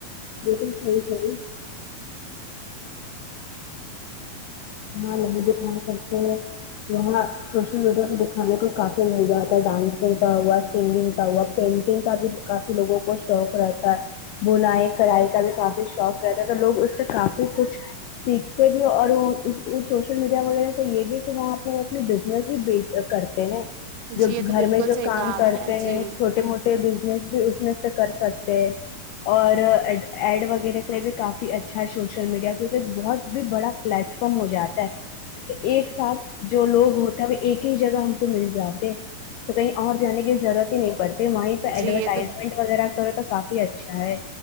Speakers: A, on the left; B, on the right.
A: صحیح کر یہاں ل د کام س سے یہاں سوشل میڈیا پہ دکھانے کو کافی مل جاتا ہے ڈانسنگ کا ہوا سنگنگ کا ہوا پینٹنگ کا بھی کافی لوگوں کو شوق رہتا ہے بنائ کڑائی کا بھی کافی شوق رہتا ہے تو لوگ اس سے کافی کچھ سیکھتے بھی اور وہ سوشل میڈیا وغیرہ تو یہ بھی ہے کہ وہاں پ اپنی بزنس بھی کر ہیں
B: جی
A: جو
B: یہ تو
A: گھر
B: بالکل
A: میں جو
B: صحیح
A: کام
B: کہا آپ
A: کرتے
B: نے جی
A: ہیں چھوٹے موٹے بزنس بھی اس میں سے کر سکتے اور ای ایڈ وغیرہ کرے بھی کافی اچھا ہے سوشل میڈیا کیونکہ بہت بھی بڑا پلیٹ فارم ہو جاتا ہے ایک ساتھ جو لوگ ہو تب ایک ہی جگہ ہم کو مل جاتے تو کہیں اور جانے کی ضرورت ہی نہیں پڑتی وہیں پہ ایڈورٹائزمنٹ
B: جی یہ تو
A: وغیرہ کرو تو کافی اچھا ہے